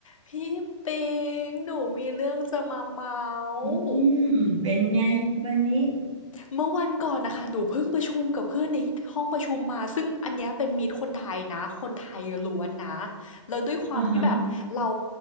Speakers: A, on the left; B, on the right.
A: พี่ปิงหนูมีเรื่องจะมาเมาส์
B: อืมเป็นไงวันนี้
A: เมื่อวันก่อนนะคะหนูเพิ่งประชุมกับเพื่อนในห้องประชุมมาซึ่งอันเนี้ยเป็นมีตคนไทยนะคนไทยล้วนนะแล้วด้วยความที่แบบเรา
B: อ่าฮะ